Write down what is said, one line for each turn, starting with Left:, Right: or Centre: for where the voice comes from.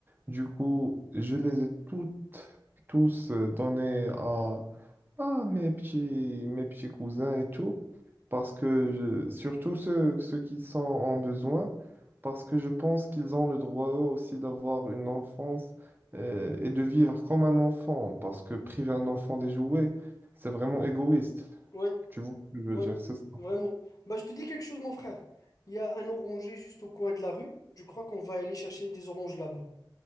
Right: Du coup, je les ai toutes, tous euh, donnés à, à mes petits, mes petits cousins et tout, parce que je- surtout ceux, ceux qui sont en besoin, parce que je pense qu'ils ont le droit eux aussi d'avoir une enfance euh, et de vivre comme un enfant, parce que priver un enfant des jouets, c'est vraiment égoïste.
Left: Oui,
Right: Tu vois ce que je veux
Left: oui,
Right: dire, c'est ça.
Left: vraiment. Bah, je te dis quelque chose, mon frère. Il y a un oranger juste au coin de la rue. Je crois qu'on va aller chercher des oranges là-bas.